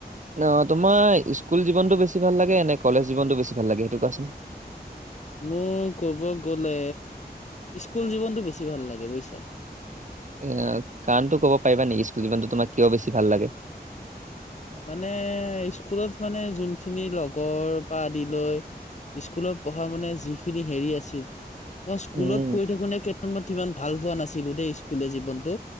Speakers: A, on the right; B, on the left.
A: অ তোমাৰ ইস্কুল জীৱনতটো বেছি ভাল লাগে নে কলেজ জীৱনটো বেছি ভাল লাগে সেইটো কোৱাচোন।
B: মোৰ ক'ব গলে ইস্কুল জীৱনটো বেছি ভাল লাগে বুজিছা
A: এ কাৰণতো ক'ব পাৰিবা নেকি ইস্কুল জীৱনতো তোমাক কিয় বেছি ভাল লাগে?
B: মানে ইস্কুলত মানে যোনখিনি লগৰ পা আদি লৈ ইস্কুলত পঢ়া মানে যিখিনি হেৰি আছিল মই স্কুলত
A: উম,
B: পঢ়ি থাকোতে সেইসময়ত ইমান ভাল পোৱা নাছিলো দেই স্কুলীয়া জীৱনটো।